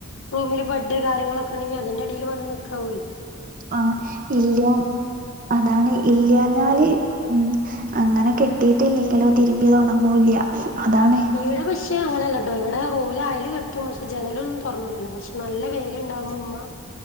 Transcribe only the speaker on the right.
ആ ഇല്ല്യ അതാണെ ഇല്ല്യാഞ്ഞാല് ഉം അങ്ങനെ കെട്ടീട്ടില്ലെങ്കിലോ തിരുമ്പ്യതൊണങ്ങൂല്ല്യ അതാണെ